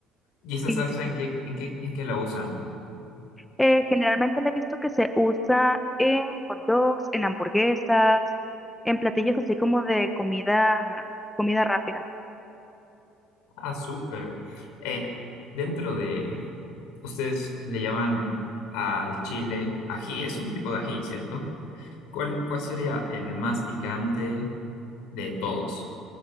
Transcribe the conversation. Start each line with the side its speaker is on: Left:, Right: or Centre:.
Left: ¿Y esa
Centre: Sí,
Left: salsa
Centre: sí, sí.
Left: en qué, en qué, en qué la usan?
Centre: Eh, generalmente le he visto que se usa en hot dogs, en hamburguesas, en platillos así como de comida, comida rápida.
Left: Ah, súper. Eh, dentro de, Ustedes le llaman al chile ají, es un tipo de ají, ¿cierto? ¿Cuál, cuál sería el más picante de todos?